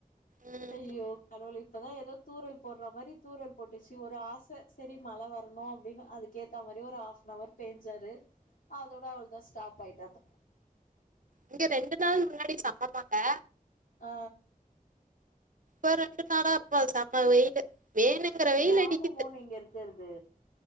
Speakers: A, on the right; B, on the left.
A: உம்
B: ஐயோ கடவுள் இப்பதான் ஏதோ தூறல் போடுற மாறி தூறல் போட்டுச்சு ஒரு ஆச செரி மழ வரணும் அப்படின்னு அதுக்கேத்த மாறி ஒரு ஹாப்ன்வர் பெஞ்சாரு அதோட அவள்தான் ஸ்டாப் ஆயிட்டாப்ப
A: இங்க ரெண்டு நாள் முன்னாடி செம மழை
B: ஆ
A: ஒரு ரெண்டு நாளா ப்போ செம்ம வெயிலு வேணுங்கிற வெயில்
B: கிராமமோ
A: அடிக்குது
B: நீங்க இருக்கறது